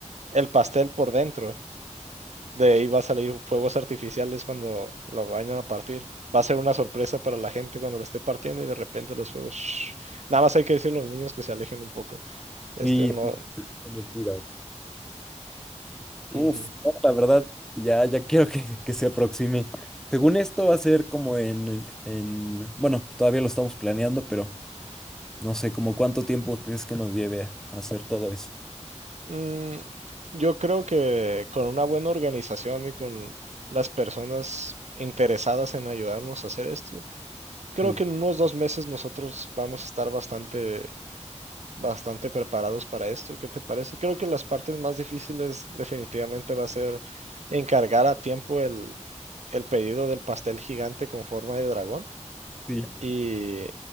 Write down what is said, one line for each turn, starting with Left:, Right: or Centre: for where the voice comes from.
Right: El pastel por dentro. De ahí va a salir fuegos artificiales cuando lo vayan a partir. Va a ser una sorpresa para la gente cuando lo esté partiendo y de repente los fuegos. shhh. Nada más hay que decirle a los niños que se alejen un poco. Este
Centre: Y
Right: no.
Centre: tener cuidado. Uf,
Right: ujú.
Centre: no, la verdad, ya, ya quiero que, que se aproxime. Según esto va a ser como en, en, en- bueno, todavía lo estamos planeando, pero no sé como cuánto tiempo crees que nos lleve a hacer todo eso.
Right: Mm, yo creo que con una buena organización y con las personas interesadas en ayudarnos a hacer esto, creo
Centre: Sí.
Right: que en unos dos meses nosotros vamos a estar bastante bastante preparados para esto. ¿Qué te parece? Creo que las partes más difíciles definitivamente va a ser encargar a tiempo el, el pedido del pastel gigante con forma de dragón
Centre: sí.
Right: y,